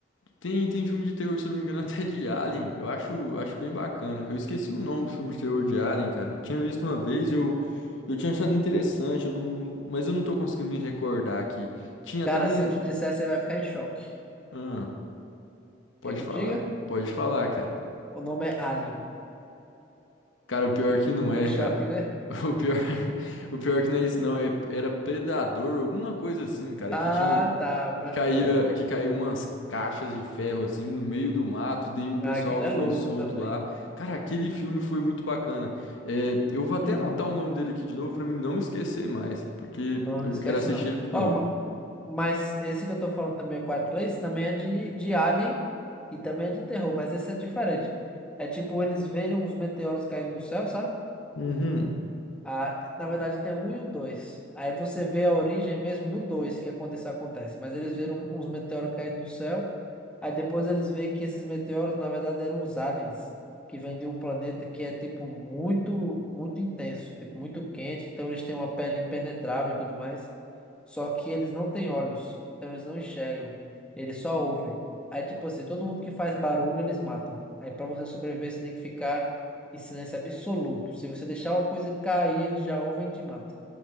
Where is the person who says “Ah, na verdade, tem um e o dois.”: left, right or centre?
Centre